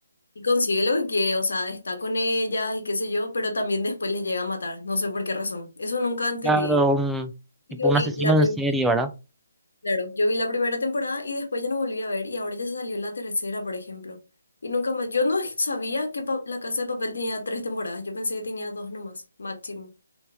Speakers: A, on the left; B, in the centre.
A: y consigue lo que quiere, o sea, está con ellas y qué sé yo, pero también después les llega a matar, no sé por qué razón. Eso nunca entendí.
B: claro, un,
A: Y
B: tipo
A: Yo
B: un
A: vi
B: asesino
A: la primera,
B: en serie, ¿verdad?
A: claro, yo vi la primera temporada y después ya no volví a ver y ahora ya se salió la tercera, por ejemplo. Y nunca más, yo no sabía que Pa- La Casa de Papel tenía tres temporadas, yo pensé que tenía dos nomás, máximo.